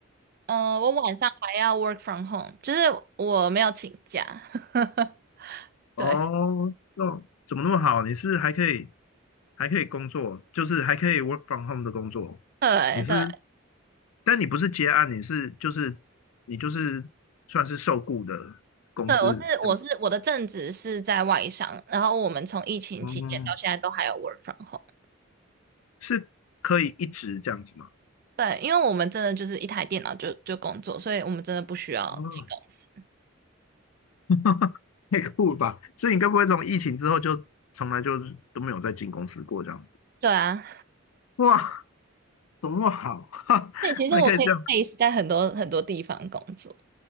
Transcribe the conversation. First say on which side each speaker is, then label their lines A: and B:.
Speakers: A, on the right (about 45°); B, on the left (about 85°).
A: 呃，我晚上还要 work from home，就是我没有请假，<laughs> 对。
B: 哦，那怎么那么好？你是还可以还可以工作，就是还可以 work from home 的工作。
A: 对对，
B: 你是，但你不是接案，你是就是你就是算是受雇的公司的。
A: 对，我是我是我的正职是在外商，然后我们从疫情期间到现在都还有
B: 哦，
A: work from home。
B: 是可以一直这样子吗？
A: 对，因为我们真的就是一台电脑就就工作，所以我们真的不需要进公司。
B: 哦 <laughs> 太酷了吧！所以你该不会从疫情之后就从来就都没有再进公司过这样子？
A: 对啊，
B: 哇，怎么那么好？<laughs> 哈，
A: 对，其实我可以
B: 还可以这样？
A: base 在很多很多地方工作。